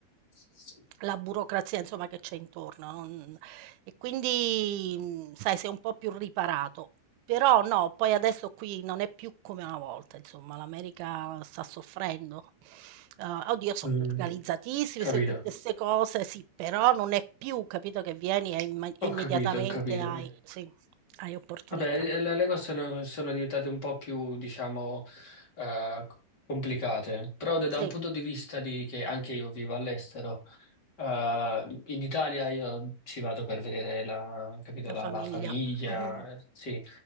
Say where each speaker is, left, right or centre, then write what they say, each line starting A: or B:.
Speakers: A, on the left; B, on the right.
A: sì,
B: la burocrazia insomma che c'è intorno, non e quindi, mhmm, sai sei un po' più riparato. Però no, poi adesso qui non è più come una volta, insomma, l'America sta soffrendo. Uhm, oddio sono
A: Mm,
B: Mh. organizzatissimi,
A: capito,
B: se tutte 'ste cose, sì, però non è più, capito, che vieni e imma immediatamente
A: ho capito, ho capito.
B: hai sì, hai opportunità.
A: Vabbè, eh, le le cose sono, sono diventate un po' più, diciamo, eh, complicate, però da
B: Sì,
A: da un punto di vista di che anche io vivo all'estero, eh, in Italia io ci vado per vedere la, capito,
B: la
A: la,
B: famiglia.
A: la famiglia,
B: Mh-mh.
A: eh, sì,